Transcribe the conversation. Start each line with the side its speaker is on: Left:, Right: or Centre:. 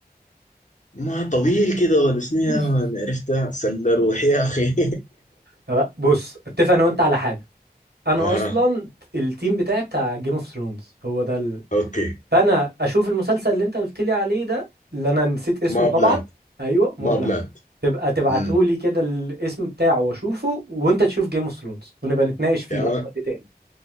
Left: ما طويل كده ولا شنو
Right: <laughs>
Left: يا مان عرفتها سلة روحي يا أخي
Right: طب بص اتفق انا وانت على حاجه
Left: <laughs>
Right: انا
Left: أها
Right: اصلا التيم بتاعي بتاع جيم اوف ثرونز هو ده ال...
Left: أوكي
Right: فانا اشوف المسلسل اللي انت قلت لي عليه ده اللي انا نسيت اسمه
Left: ما
Right: طبعا
Left: بلاند
Right: ايوه مبلغ
Left: ما بلاند
Right: تبقى تبعته
Left: امم
Right: لي كده الاسم بتاعه واشوفه وانت تشوف جيم اوف ثرونز ونبقى نتناقش فيه
Left: تمام
Right: بقى في وقت تاني